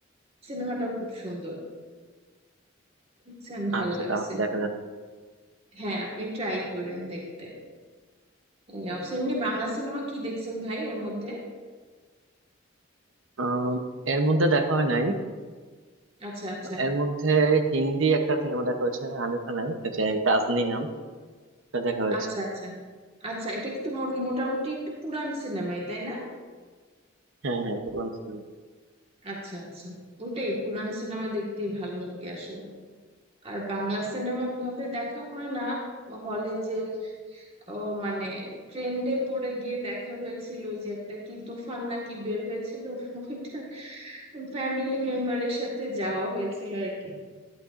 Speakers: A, on the right (about 30°); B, on the right (about 80°).
A: সিনেমাটাও খুব সুন্দর বুঝছেন ভাল
B: আচ্ছা
A: লাগছে
B: তাহলে দেখা যাক
A: হ্যাঁ আপনি ট্রাই করেন দেখতে এই অবশ্য এমনি বাংলা সিনেমা কি দেখছেন ভাই এর মধ্যে
B: আহ, এর মধ্যে দেখা হয় নাই
A: আচ্ছা আচ্ছা
B: এর মধ্যে হিন্দি একটা সিনেমা দেখা হয়েছে আমির খানের যে গাজনি নাম এটা দেখা হয়েছে
A: আচ্ছা আচ্ছা আচ্ছা এটা একটু মো- মোটামুটি একটু পুরান সিনেমাই তাই না
B: হ্যাঁ হ্যাঁ পুরান সিনেমা
A: আচ্ছা আচ্ছা ওটাই পুরান সিনেমা দেখতেই ভালো লাগে আসলে আর বাংলা সিনেমা ওভাবে দেখা হয় না হলে যে ও মানে ট্রেন্ডে পড়ে গিয়ে দেখা হয়েছিল ওই যে একটা কি তুফান নাকি বের হয়েছিল ওইটা ফ্যামিলি মেম্বারের সাথে যাওয়া হয়েছিল আর কি